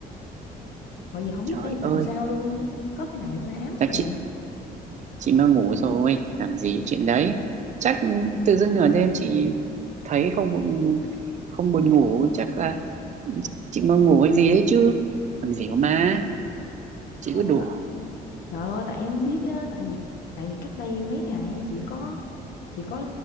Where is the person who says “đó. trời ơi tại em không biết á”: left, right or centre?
Left